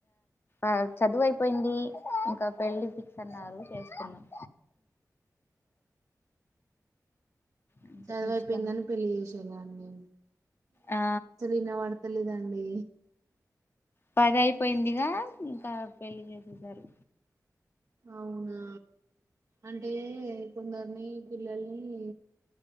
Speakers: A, on the left; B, on the right.
A: ఆ చదువు అయిపోయింది ఇంక పెళ్ళి ఫిక్స్ అన్నారు చేస్తున్నాం అంతే
B: చదివైపోయిందని
A: ఇష్టం
B: పెళ్లి చేసీలాండి
A: ఆ
B: విన పడతలేదండి
A: <unintelligible> అయిపోయిందిగా ఇంకా పెళ్లి చేసేసారు
B: అవునా అంటే కొందరిని పిల్లల్ని